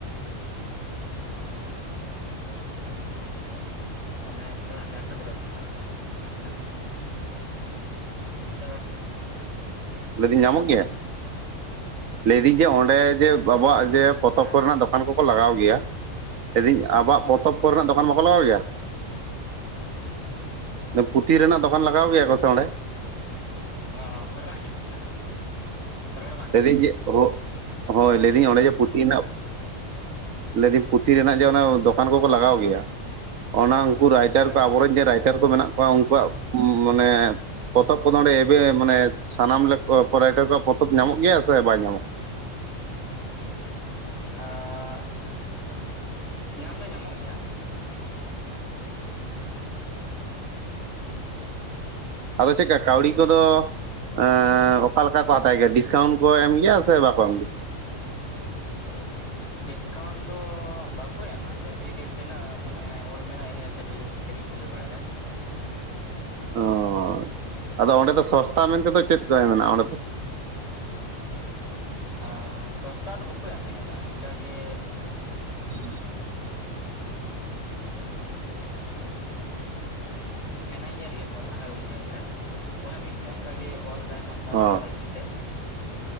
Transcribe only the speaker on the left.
ᱚᱱᱮ ᱛᱷᱚᱟ ᱱᱮᱴᱚᱣᱟᱨᱠ ᱯᱨᱚᱵᱞᱮᱢ ᱢᱮᱱᱟᱜ ᱛᱚ᱾ ᱚᱸᱰᱮ ᱦᱚᱸ ᱱᱟᱥᱮᱱᱟᱜ ᱨᱚᱲ
ᱵᱮᱱ
ᱟᱨ ᱢᱤᱫ
ᱫᱷᱟᱣ
ᱚ ᱨᱚᱲ ᱵᱟᱝ ᱟᱡᱚᱢ ᱞᱮᱱᱟ? ᱨᱚᱲ ᱵᱟᱝᱻᱻ
ᱦᱳᱭ
ᱚᱸ ᱧᱟᱢ ᱫᱚ ᱧᱟᱢᱚᱜ ᱜᱮᱭᱟ᱾
ᱰᱤᱥᱠᱟᱣᱩᱱᱴ ᱫᱚ ᱵᱟᱠᱚ ᱮᱢᱟ᱾ ᱡᱮᱭᱮᱥᱮ ᱠᱤ ᱛᱤᱱᱟᱹᱜ ᱢᱟᱱᱮ ᱚᱞ ᱢᱮᱱᱟᱜᱼᱟ, ᱤᱱᱟᱹ ᱦᱤᱥᱟᱹᱵ ᱨᱮᱜᱮᱻᱻ ᱠᱩᱠᱤᱨᱤᱧ ᱟᱜᱩ ᱵᱟᱨᱟᱭ ᱫᱟ᱾
ᱚ ᱥᱚᱥᱛᱟ ᱫᱚ ᱵᱟᱠᱚ ᱮᱢ ᱵᱟᱲᱟᱭᱫᱟ ᱤᱱᱠᱟ ᱜᱮ᱾
ᱢᱮᱱᱟᱭ ᱜᱮᱭᱟᱭ <unintelligible> ᱤᱧ ᱨᱮᱱ ᱩᱱᱤ ᱦᱚᱸ ᱢᱤᱫᱴᱮᱱ ᱚᱱᱠᱟᱜᱮ ᱚᱞ ᱥᱟᱱᱛᱟᱲ
ᱚᱞᱪᱤᱠᱤ ᱛᱮ᱾